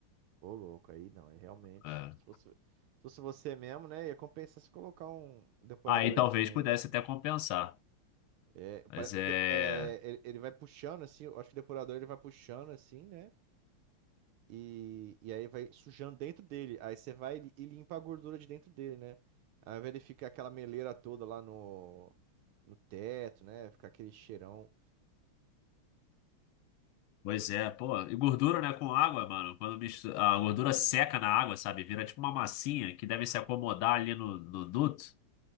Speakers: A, on the right; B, on the left.
A: Ô, louco, aí não, aí realmente.
B: É.
A: Se fosse, se fosse você mesmo, né, ia compensar se colocar um depuradorzinho
B: Aí talvez pudesse
A: aí em cima.
B: até compensar.
A: É,
B: Mas
A: pare- Porque
B: é.
A: é, ele, ele vai puxando assim, eu acho que o depurador ele vai puxando assim, né? E, e aí vai sujando dentro dele. Aí você vai e e limpa a gordura de dentro dele, né? Aí ele fica aquela meleira toda lá no, no teto, né? Fica aquele cheirão.
B: Pois é, pô. E gordura, né, com água, mano. Quando mistura... a gordura seca na água, sabe? Vira tipo uma massinha que deve se acomodar ali no, no duto.